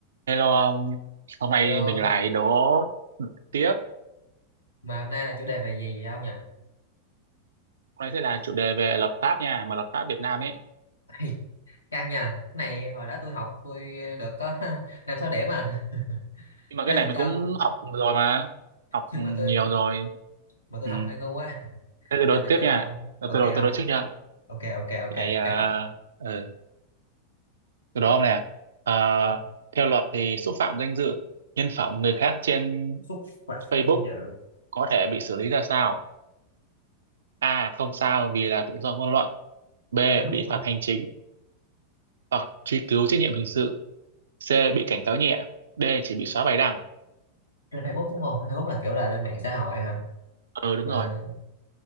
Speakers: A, on the right; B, on the left.
A: Hello ông, hôm nay
B: Hello,
A: mình lại đố tiếp.
B: mà hôm nay là chủ đề về gì vậy ông nhỉ?
A: Hôm nay sẽ là chủ đề về luật pháp nha, mà luật pháp Việt Nam ấy.
B: Ê, căng nha. Cái này hồi đó tôi học tôi được có <laughs> 5 6 điểm à. <laughs>
A: Nhưng mà
B: Thế
A: cái này
B: tôi
A: mình
B: cho
A: cũng
B: ông,
A: học rồi mà, học
B: nhưng
A: ừ,
B: mà
A: nhiều
B: tôi
A: rồi.
B: mà tôi
A: Ừ.
B: học hơi ngu quá.
A: Thế tôi đố
B: Thôi tôi
A: tiếp
B: cho
A: nha.
B: ông.
A: Ờ,
B: Ok
A: Tôi
B: không?
A: đố, tôi đố trước nha.
B: Ok ok ok,
A: Cái này, à,
B: chấp ông.
A: ừ, tôi đố ông nè. À,
B: Ờ,
A: theo luật thì xúc phạm danh dự, nhân phẩm người khác trên
B: Xúc phạm
A: Facebook
B: danh dự.
A: có thể bị xử lý ra sao? A. Không sao vì là tự do ngôn luận. B.
B: Facebook
A: Bị
B: thôi.
A: phạt hành chính hoặc truy cứu trách nhiệm hình sự. C bị cảnh cáo nhẹ D chỉ bị xóa bài đăng
B: <laughs> Trên Facebook đúng không? Facebook là kiểu là trên mạng xã hội hả?
A: ừ đúng
B: Ờ,
A: rồi